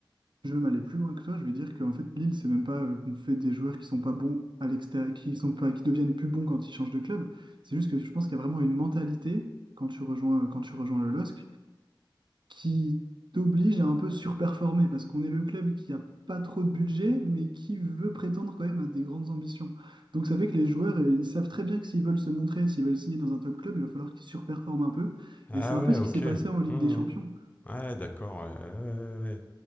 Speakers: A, on the right; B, on the left.
A: Je vais même aller plus loin que toi, je vais dire qu'en fait Lille, c'est même pas euh, qu'on fait des joueurs qui sont pas bons à l'extérieur, qui sont pas, qui deviennent plus bons quand ils changent de club. C'est juste que je pense qu'il y a vraiment une mentalité quand tu rejoins, euh, quand tu rejoins le LOSC qui t'oblige à un peu surperformer parce qu'on est le club qui a pas trop de budget, mais qui veut prétendre quand même à des grandes ambitions. Donc ça fait que les joueurs, euh, ils savent très bien que s'ils veulent se montrer, s'ils veulent signer dans un top club, il va falloir qu'ils surperforment un peu.
B: Ah
A: Et c'est un
B: ouais,
A: peu ce
B: ok.
A: qui s'est passé en Ligue
B: Hmm.
A: des Champions.
B: Ouais, d'accord. Ouais, ouais, ouais, ouais.